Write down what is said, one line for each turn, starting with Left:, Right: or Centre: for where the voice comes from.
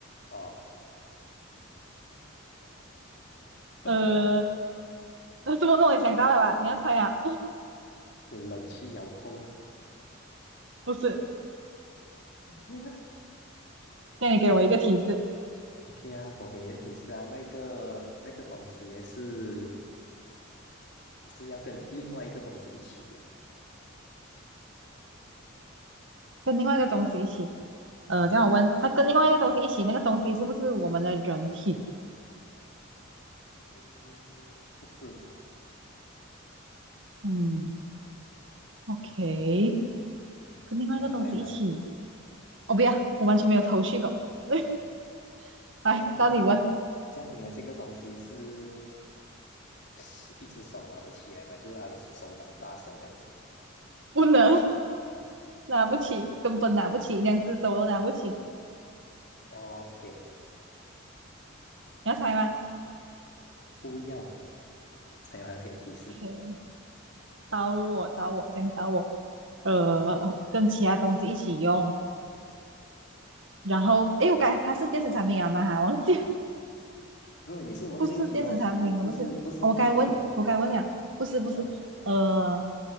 Left: 哦，
Right: <laughs>
Left: <laughs>
Right: 呃，那这么弄也想到了吧？你要猜啊？
Left: 冷气遥控
Right: <laughs> 不是，
Left: ，OK 啊
Right: 那你给我一个提示，
Left: ，OK 啊，我给你个提示啊，那个那个东西也是是要跟另外一个东西一起呀。
Right: 跟另外一个东西一起。
Left: 嗯，
Right: 呃，这样我问，他，跟另外一个东西一起，那个东西是不是我们的人体？
Left: 嗯，不是，
Right: 嗯，OK，跟另外一个东西一起。
Left: 你要猜吗
Right: 我不要，我完全没有头绪过。<laughs>
Left: ？OK
Right: 来，
Left: 啊，这样，
Right: 到你问，
Left: 这样你的这个东西是是一只手拿得起来吗？就是它的手掌大小这样子。
Right: 不能拿不起，根本拿不起，两只手都拿不起。
Left: OK，
Right: 你要猜吗
Left: 不要，还有还要给你提示。
Right: ？OK，到我，到我，这样到我。呃，跟其他东西一起用。然后，诶，我该它是电子产品啊吗？哈，忘记，
Left: 如果你每次问这一题哦，
Right: 不是电子产品，
Left: 不不是不是不是电子产品，
Right: 啊，不是。哦我该问，我该问了，不是不是。
Left: 嗯、
Right: 呃，